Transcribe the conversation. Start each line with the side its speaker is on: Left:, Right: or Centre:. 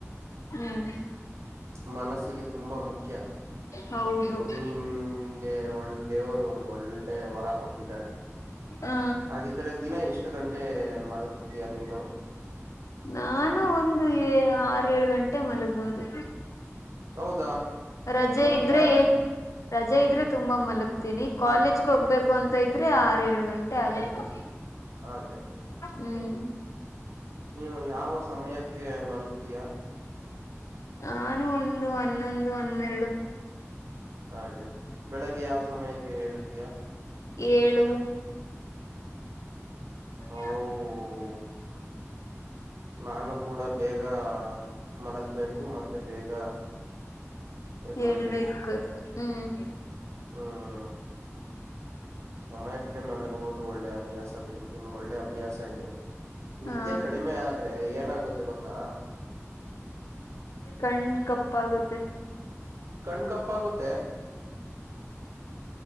Left: ಹ್ಮ.
Right: ಮನಸ್ಸಿಗೆ ತುಂಬಾ ಮುಖ್ಯ.
Left: ಹೌದು.
Right: ನಿಮ್ಗೆ ಒಳ್ಳ ದೇವ್ರು ಒಂದು ಒಳ್ಳೆ ವರ ಕೊಟ್ಟಿದ್ದಾರೆ.
Left: ಹಾ
Right: ಹಾಗಿದ್ರೆ ದಿನ ಎಷ್ಟ ಗಂಟೆ ಮಲಗ್ತಿಯ ನೀನು.
Left: ನಾನು ಒಂದು ಏ ಆರ ಏಳು ಗಂಟೆ ಮಲಗ್ಬಹುದು.
Right: ಹೌದಾ.
Left: ರಜೆ
Right: ಮತ್ತೆ
Left: ಇದ್ರೆ ರಜೆ
Right: ಹ್ಮ್
Left: ಇದ್ರೆ. ತುಂಬಾ ಮಲಗ್ತೀನಿ ಕಾಲೇಜ್ಗೆ ಹೋಗ್ಬೇಕು ಅಂತ ಇದ್ರೆ ಆರು ಏಳು ಗಂಟೆ ಆಗುತ್ತೆ
Right: ಹಾಗೆ
Left: ಹ್ಮ್.
Right: ನೀನು ಯಾವ ಸಮಯಕ್ಕೆ ಮಲಗ್ತೀಯಾ.
Left: ನಾನು ಒಂದು ಹನ್ನೊಂದು ಹನ್ನೆರಡು.
Right: ಹಾಗೆ ಬೆಳಿಗ್ಗೆ ಯಾವ ಸಮಯಕ್ಕೆ ಏಳುತ್ತೀಯಾ.
Left: ಏಳು. ನವ್ಯ.
Right: ಓ ನಾನು ಕೂಡ ಬೇಗ ಮಲಗ್ಬೇಕು ಮತ್ತೆ ಬೇಗ. ಎದೊಳ್ಬೇಕು
Left: ಹೇಳ್ಬೇಕ ಹ್ಮ್.
Right: ಹ್ಮ್. ಸಮಯಕ್ಕೆ ಮಲಗುವುದು ಒಳ್ಳೆ ಅಭ್ಯಾಸ ಬಿಡಿ ನಿಮಗ್ ಒಳ್ಳೆ ಅಭ್ಯಾಸ ಇದೆ. ನಿದ್ದೆ
Left: ಹಾ
Right: ಕಡಿಮೆ ಆದ್ರೆ ಏನಾಗುತ್ತೆ ಗೊತ್ತಾ.
Left: ಕಣ್ ಕಪ್ಪಾಗುತ್ತೆ.
Right: ಕಣ್ ಕಪ್ಪ ಆಗುತ್ತೆ.